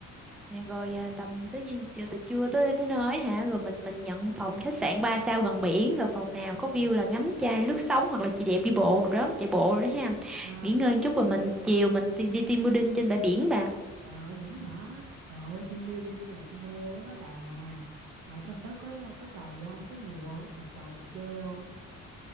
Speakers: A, in the centre; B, on the right.
A: Nha, rồi à, tầm tới gì- chưa từ trưa tới tới nơi hả, rồi mình
B: Ừ.
A: mình nhận phòng khách sạn 3 sao gần biển, rồi phòng nào
B: Ừ.
A: có view là ngắm chai lướt sóng hoặc là chị đẹp đi bộ rồi đó, chạy bộ rồi đó ha.
B: Ờ,
A: Nghỉ ngơi một chút rồi mình chiều mình đi, đi team building trên bãi biển bà.
B: trời ơi, dữ dở. Trời ơi, team building nè, tôi mê lắm á bà. Mà trong đó có có trò gì không? Có nhiều không? Có nhiều trò đồ chơi không?